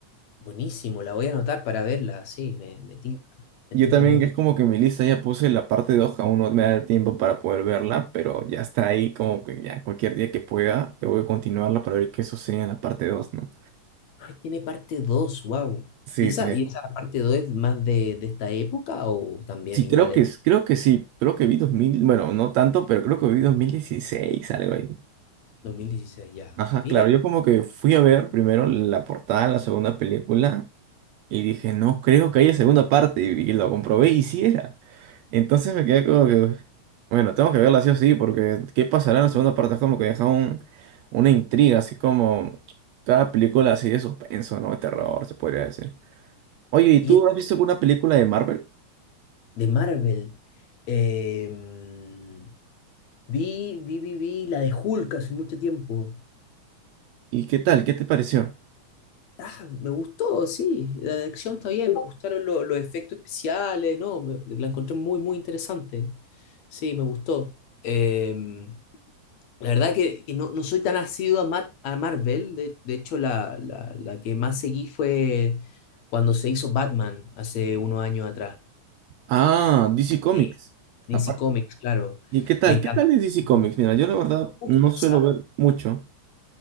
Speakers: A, on the left; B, on the right.
A: buenísimo, la voy a anotar para verla, sí, me, me tinca, me
B: Yo
A: tinca
B: también
A: mucho.
B: es como que mi lista ya puse la parte dos aún no me da el tiempo para poder verla, pero ya está ahí como que ya cualquier día que pueda, te voy a continuarla para ver qué sucede en la parte dos ¿no?
A: Ay, tiene parte 2? wow.
B: Sí,
A: ¿Y esa,
B: tiene.
A: y esa parte 2 es más de, de esta época o también
B: Sí,
A: igual
B: creo que,
A: es
B: es- creo que sí, creo que vi dos mil bueno, no tanto, pero creo que vi dos mil dieciséis algo ahí.
A: dos mil dieciséis ya?
B: Ajá,
A: Mira,
B: claro, yo como que fui a ver primero la portada, de la segunda película, Y dije, no creo que haya segunda parte. Y, y lo comprobé y sí era. Entonces me quedé como que, bueno, tengo que verla sí o sí, porque ¿qué pasará en la segunda parte? Es como que deja un, una intriga, así como cada película así de suspenso, ¿no? De terror, se podría decir. Oye, ¿y
A: y
B: tú
A: es
B: has visto alguna película de Marvel?
A: de Marvel. Em, vi, vi, vi, vi la de Hulk hace mucho tiempo.
B: ¿Y qué tal? ¿Qué te pareció?
A: Ah, me gustó, sí. La acción está bien, me gustaron lo- los efectos especiales, ¿no? me- la encontré muy, muy interesante. Sí, me gustó. Em, la verdad que, que no, no soy tan asiduo a, Mat- a Marvel. De, de hecho, la, la, la que más seguí fue cuando se hizo Batman hace unos años atrás.
B: Ah, DC Comics.
A: Eh, DC
B: Aparte.
A: Comics, claro.
B: ¿Y qué tal?
A: Me encantó.
B: ¿Qué tal es DC Comics?
A: No
B: Mira, yo la verdad
A: me gusta,
B: no suelo
A: ¿sabes?
B: ver mucho.